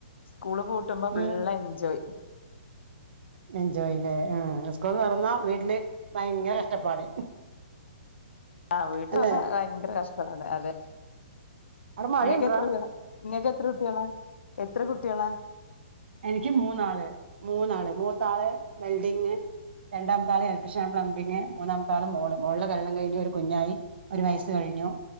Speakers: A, on the left; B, on the right.
A: സ്കൂള് പൂട്ടുമ്പോ ഫുള്ള്
B: ഉം
A: എൻജോയ്
B: എൻജോയ്ല്ലേ ആ സ്കൂൾ തൊറന്നാ വീട്ടില് ഭയങ്കര കഷ്ടപ്പാട്
A: ആഹ് വീട്ടില്
B: അല്ലെ
A: വന്നാ ഭയങ്കര കഷ്ടമാണ് അതെ
B: അവിടെ മഴയുണ്ടോ
A: ഇങ്ങക്ക് എത്ര കുട്ടിയളാ നിങ്ങക്ക് എത്ര കുട്ടികളാ എത്ര കുട്ടികളാ
B: എനിക്ക് മൂന്നാള് മൂന്നാള് മൂത്താള് വെൽഡിങ് രണ്ടാമട്ടാള് ഇലക്ട്രീഷൻ പ്ലംബിംഗ് മൂന്നാമത്താള് മോൾടെ കല്ല്യാണം കഴിഞ്ഞ് കുഞ്ഞായി ഒരു വയസ്സ്
A: ആഹ്
B: കഴിഞ്ഞു